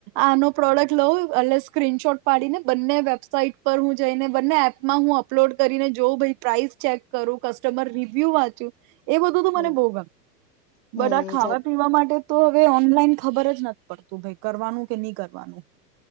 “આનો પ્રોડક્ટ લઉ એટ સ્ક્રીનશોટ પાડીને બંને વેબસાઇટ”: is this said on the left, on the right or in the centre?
Right